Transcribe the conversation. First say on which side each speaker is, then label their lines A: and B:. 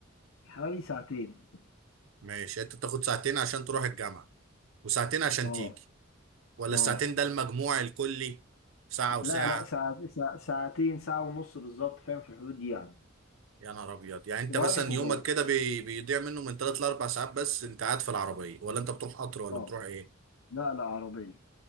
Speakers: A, on the left; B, on the right.
A: حوالي ساعتين
B: ماشي انت بتاخد ساعتين عشان تروح الجامعة وساعتين عشان
A: اه
B: تيجي ولا
A: اه
B: الساعتين ده المجموع الكلي ساعة وساعة
A: لا لا ساعة ساعة- ساعتين ساعة ونص بالظبط فاهم في الحدود دي يعني
B: يا نهار ابيض يعني انت مثلا
A: رايح وجاي
B: يومك كده بي... بيضيع منه من ثلاث لاربع ساعات بس انت قاعد في العربية ولا انت بتروح قطر ولا
A: اه
B: بتروح ايه
A: لا لا عربية